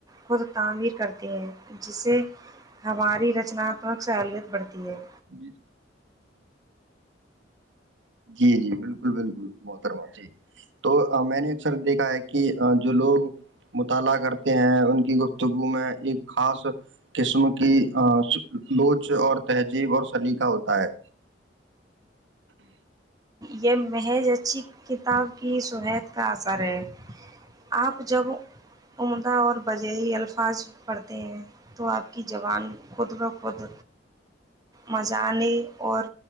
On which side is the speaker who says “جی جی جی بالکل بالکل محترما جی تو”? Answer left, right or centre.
Right